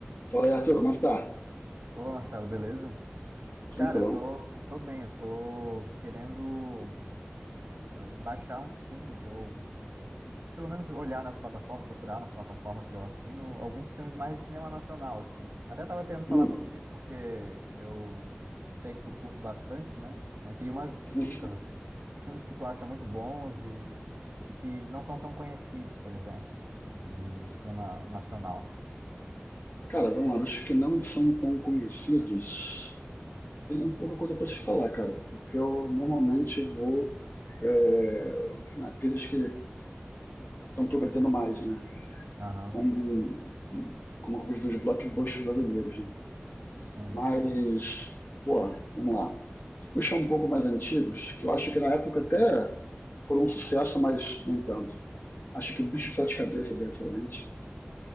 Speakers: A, on the left; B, on the right.
A: Fala aí, Arthur, como é que tá?
B: Ô, Marcelo, beleza?
A: Tranquilão.
B: Cara, eu tô, tô bem, eu tô querendo baixar uns filmes, ou pelo menos olhar nas plataformas, procurar nas plataformas que eu assino, alguns filmes mais de cinema nacional, assim. Até tava querendo falar
A: Hum,
B: contigo, porque eu sei que tu curte bastante, né? Eu queria umas
A: hum.
B: dicas, assim, de filmes que tu acha muito bons e, e que não são tão conhecidos, por exemplo, de cinema nacional.
A: Cara, vamos lá, os que não são tão conhecidos, tem um pouco coisa pra te falar, cara, porque eu normalmente vou é, naqueles que estão prometendo mais, né?
B: Aham,
A: Como, como eu vejo dos blockbusters brasileiros, né?
B: sim.
A: Mas, pô, vamos lá. Se puxar um pouco mais antigos, que eu acho que na época até foram um sucesso, mas nem tanto. Acho que Bicho de Sete Cabeças é excelente.